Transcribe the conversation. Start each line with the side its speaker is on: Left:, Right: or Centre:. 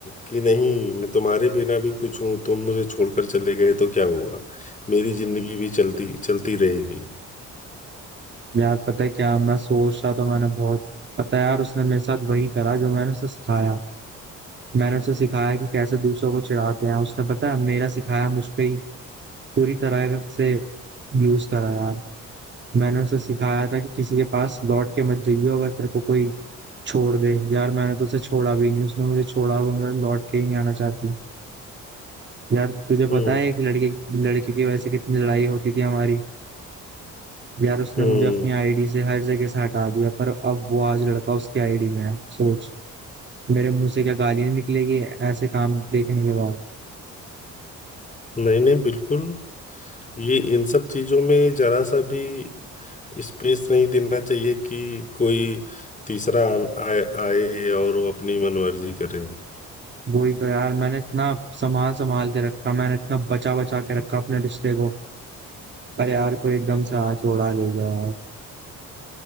Left: कि नहीं मैं तुम्हारे बिना भी कुछ हूं तुम मुझे छोड़कर चले गए तो क्या हुआ मेरी जिंदगी भी चलती चलती रहेगी
Right: यार पता है क्या मैं सोच रहा तो मैंने बहुत पता है यार उसने मेरे साथ वही करा जो मैंने उसे सिखाया मैंने उसे सिखाया कि कैसे दूसरों को चिढ़ाते हैं उसने पता है मेरा सिखाया मुझ पे ही पूरी तरह से यूज करा यार मैंने उसे सिखाया था कि किसी के पास लौट के मत जाइयो अगर तेरे को कोई छोड़ दे यार मैंने तो उसे छोड़ा भी नहीं उसने मुझे छोड़ा और वो मेरे लौट के ही नहीं आना चाहती यार तुझे
Left: हम्म
Right: पता है एक लड़के लड़के की वजह से कितनी लड़ाई होती थी हमारी यार उसने
Left: हम्म
Right: मुझे अपनी आईडी से हर जगह से हटा दिया पर अब वो आज लड़का उसकी आईडी में है सोच मेरे मुंह से क्या गालियां निकलेगी ऐसे काम देखने के बाद
Left: नहीं नहीं बिल्कुल ये इन सब चीजों में जरा सा भी स्पेस नहीं देना चाहिए कि कोई तीसरा आन- आए, आए और वो अपनी मनमर्जी करे
Right: वही तो यार मैंने इतना संभाल संभाल के रखा मैंने इतना बचा बचा के रखा अपने रिश्ते को पर यार कोई एकदम से हाथ उड़ा ले गया यार